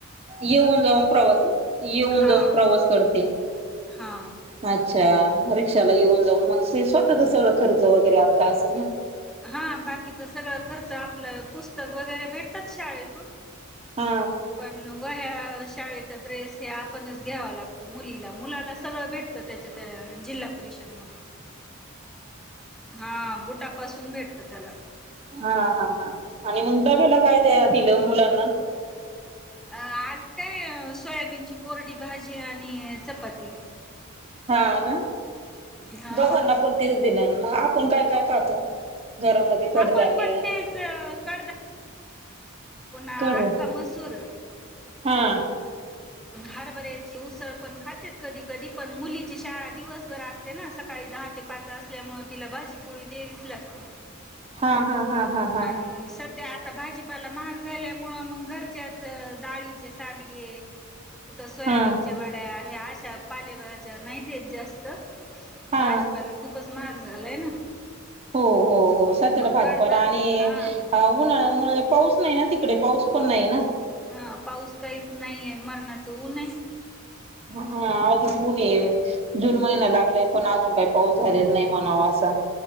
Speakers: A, on the right; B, in the centre.
A: येऊन जाऊन प्रवास येऊन
B: हा
A: जाऊन, प्रवास करते
B: हा
A: अच्छा चला येऊ. जाऊन मग स्वतःचा सगळा खर्च खर्च वगैरे आपला असं ना.
B: हा बाकीचा सगळा खर्च आपला पुस्तक वगैरे भेटतात शाळेतून.
A: हा
B: पण वह्या शाळेचा ड्रेस हे आपणच घ्यावा लागतो, मुलीला मुलाला सगळं भेटतं त्याच्या त्या जिल्हा पुरीशर्मग हा बुटापासून भेट. त त्याला.
A: हा हा हा आणि मुंटाबेला काय हॅलो मुलांना.
B: अ आज काय सोयाबीनची कोरडी भाजी, आणि चपाती.
A: हा ना
B: हा
A: दोघांना पण तेच दिलय मग आपण काय काय खातो, घरामध्ये कडधान्य.
B: आपण पण तेच कडदा पुन्हा
A: कड
B: आक्का मसूर.
A: हा.
B: हरबऱ्याच्या उसळ पण खातेेत कधी कधी पण मुलीची शाळा दिवसभर असं. ते ना सकाळी दहा ते पाच. एकटा असल्यामुळे तिला भाजी पुोळी दयावीच लागते.
A: हा हा हा हा हा
B: अ सध्या आता भाजीपाला महाग. महाग झाल्यामुळे मग घरच्याच डाळीचे सांडगे. घे कुठं सोयाबीनच्या
A: हा
B: वड्या मी अशा पालेभाज्या नाइ देत जास्त
A: हा
B: भाजीपाला खूपच महाग झालाय ना.
A: हो हो हो सध्याला
B: मग
A: भाजीपाला
B: कडदा
A: आणि
B: हां
A: उन्हाळ्यामुळे पाऊस नाइ ना तिक तिकडे पाऊस पण नाया ना.
B: हा पाऊस काहीच नाइ याय मरणाच ऊन हाय.
A: हा अजून <unintelligible> जून जून महिना लागलाय पण अजून काय पाऊस झालेला नाइ मनाव असा.